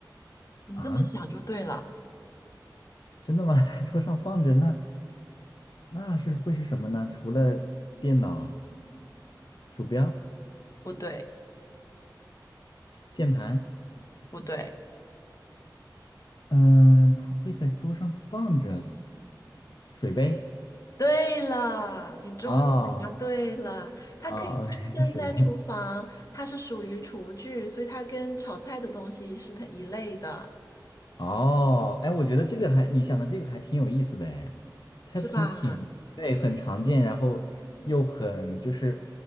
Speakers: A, on the left (about 50°); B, on the left (about 70°).
A: 你这么想就对了。
B: 啊，真的吗？<laughs> 在桌上放着，那那是会是什么呢？除了电脑、鼠标、
A: 不对，
B: 键盘，
A: 不对，
B: 嗯、他会在桌上放着水杯。
A: 对了，你终于答对了。
B: 哦，
A: 它可以出现在厨房，
B: 哦，OK，<laughs> 水杯，
A: 它是属于厨具，所以它跟炒菜的东西是它一类的，
B: 哦，哎，我觉得这个还，你想的这个还挺有意思的哎，它挺挺，
A: 是吧？
B: 对，很常见，然后又很就是，